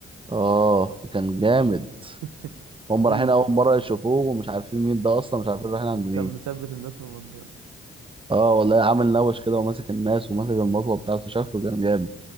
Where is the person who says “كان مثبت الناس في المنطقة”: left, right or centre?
Right